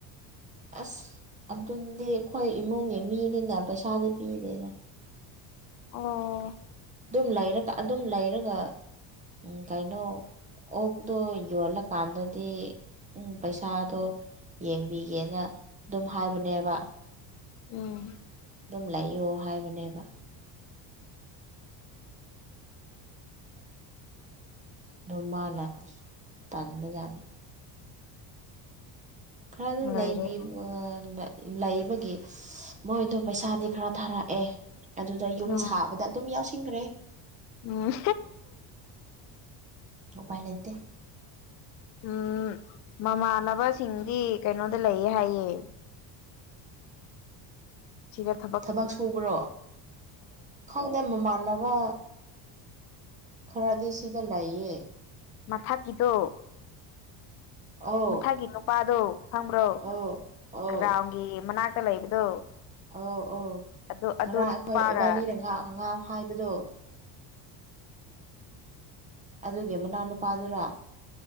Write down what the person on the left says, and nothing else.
ꯑꯣ
ꯎꯝ
ꯂꯣꯏꯔꯦꯗ
ꯑꯥ
ꯎꯝ
ꯎꯝ ꯃꯃꯥꯟꯅꯕꯁꯤꯡꯗꯤ ꯀꯩꯅꯣꯗ ꯂꯩꯌꯦ ꯍꯥꯏꯌꯦ ꯁꯤꯤ <unintelligible>
ꯃꯊꯛꯀꯤꯗꯣ
ꯃꯊꯛꯒꯤ ꯅꯨꯄꯥꯗꯣ ꯈꯪꯕ꯭ꯔꯣ
ꯒ꯭ꯔꯥꯎꯟꯒꯤ ꯃꯅꯥꯛꯇ ꯂꯩꯕꯗꯣ
ꯑꯗꯨ
ꯑꯗꯨ ꯅꯨꯄꯥꯒ